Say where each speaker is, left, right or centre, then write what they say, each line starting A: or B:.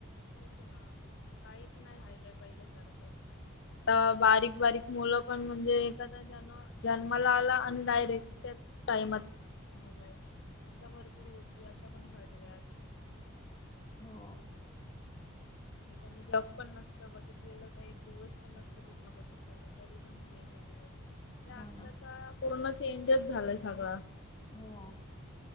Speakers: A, on the left; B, on the left.
A: हेच नाज काहीच नाही हालय पहिल्या सारखं आता बारीक बारीक मुलं पण म्हणजे एखादा ज जन्माला आला आणि डायरेक्ट म अशा भरपूर गोष्टी अशा पण घडल्यात ह
B: हो
A: ह त्यांनी जॉब पण नसत बघितलेलं का एक दिवस पण नसत पूर्ण बघितलेलं तरी पण गेलेलं आहे
B: हो
A: आत्ताचा
B: ना
A: पूर्ण चेंजच झालाय सगळं
B: हो